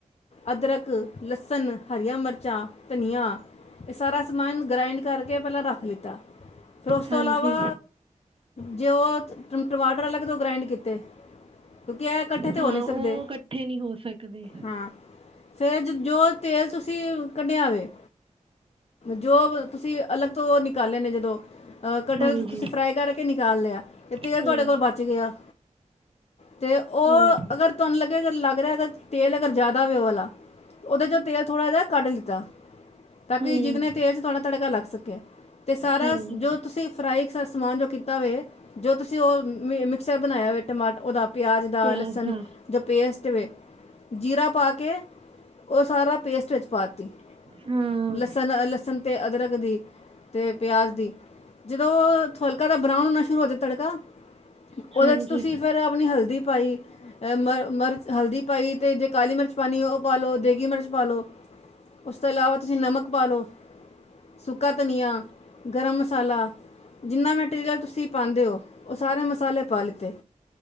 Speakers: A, on the left; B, on the right.
A: ਅਦਰਕ, ਲਸਣ, ਹਰੀਆਂ ਮਿਰਚਾਂ, ਧਨੀਆ। ਇਹ ਸਾਰਾ ਸਮਾਨ ਗ੍ਰਾਈਂਡ ਕਰਕੇ ਪਹਿਲਾਂ ਰੱਖ ਲਿੱਤਾ, ਫਿਰ ਉਸ ਤੋਂ
B: ਹਾਂਜੀ
A: ਇਲਾਵਾ ਜੇ ਉਹ ਟਮਾਟਰ ਅਲੱਗ ਤੋਂ ਗਰਾਇੰਡ ਕੀਤੇ ਕਿਉਂਕਿ ਇਹ ਇਕੱਠੇ ਤਾਂ
B: ਹਾਂ
A: ਹੋ ਨਹੀਂ
B: ਉਹ
A: ਸਕਦੇ
B: ਇਕੱਠੇ ਨਹੀਂ ਹੋ ਸਕਦੇ
A: ਹਾਂ ਫਿਰ ਜੋ ਤੇਲ ਤੁਸੀਂ ਕੱਢਿਆ ਵੇ ਜੋ ਤੁਸੀਂ ਅਲੱਗ ਤੋਂ ਨਿਕਾਲੇ ਜਦੋਂ ਅ ਕਟਲ
B: ਹਾਂਜੀ
A: ਤੁਸੀਂ ਫਰਾਈ ਕਰਕੇ ਨਿਕਾਲ ਲਿਆ ਤੇ ਤੇਲ
B: ਹਮ
A: ਤੁਹਾਡੇ ਕੋਲ ਬਚ ਗਿਆ। ਤੇ ਉਹ
B: ਹਾਂਜੀ
A: ਅਗਰ ਤੁਹਾਨੂੰ ਲੱਗੇਗਾ ਲੱਗ ਰਿਹਾ ਤੇਲ ਅਗਰ ਜ਼ਿਆਦਾ ਹੋ ਵਾਲਾ ਉਹਦੇ ਚੋਂ ਤੇਲ ਥੋੜਾ ਜਿਹਾ ਕੱਢ ਲਿੱਤਾ ਤਾਂ ਕਿ
B: ਹਮ
A: ਜਿਤਨੇ ਤੇਲ 'ਚ ਤੁਹਾਡਾ ਤੜਕਾ ਲੱਗ ਸਕੇ ਤੇ ਸਾਰਾ
B: ਹਾਂਜੀ
A: ਜੋ ਤੁਸੀਂ ਫਰਾਈ ਸ ਸਮਾਨ ਜੋ ਕੀਤਾ ਵੇ ਜੋ ਤੁਸੀਂ ਉਹ ਮ ਮਿਕਸਰ ਬਣਾਇਆ ਟਮਾਟ ਉਹਦਾ ਪਿਆਜ਼ ਦਾ,
B: ਪਿਆਜ
A: ਲਸਨ
B: ਦਾ
A: ਜੋ ਪੇਸਟ ਵੇ ਜੀਰਾ ਪਾ ਕੇ ਉਹ ਸਾਰਾ ਪੇਸਟ ਵਿੱਚ ਪਾ ਤੀ
B: ਹਾਂ
A: ਲਸਨ ਅ ਲਸਨ ਤੇੇ ਅਦਰਕ ਦੀ ਤੇ ਪਿਆਜ਼ ਦੀ, ਜਦੋਂ ਹਲਕਾ ਦਾ ਬਰਾਉਨ ਹੋਣਾ ਸ਼ੁਰੂ ਹੋ ਜਾ ਤੜਕਾ ਉਹਦੇ
B: ਹਾਂਜੀ
A: 'ਚ ਤੁਸੀਂ ਫਿਰ ਆਪਣੀ ਹਲਦੀ ਪਾਈ, ਮ ਮਰ ਹਲਦੀ ਪਾਈ ਅਤੇ ਜੇ ਕਾਲੀ ਮਿਰਚ ਪਾਣੀ ਉਹ ਪਾ ਲਉ, ਦੇਗੀ ਮਿਰਚ ਪਾ ਲਓ, ਉਸ ਤੋਂ ਇਲਾਵਾ ਤੁਸੀਂ ਨਮਕ ਪਾ ਲਓ ਸੁੱਕਾ ਧਨੀਆ, ਗਰਮ ਮਸਾਲਾ ਜਿੰਨਾ ਮਟੀਰੀਅਲ ਤੁਸੀਂ ਪਾਉਂਦੇ ਹੋ, ਉਹ ਸਾਰੇ ਮਸਾਲੇ ਪਾ ਲਿੱਤੇ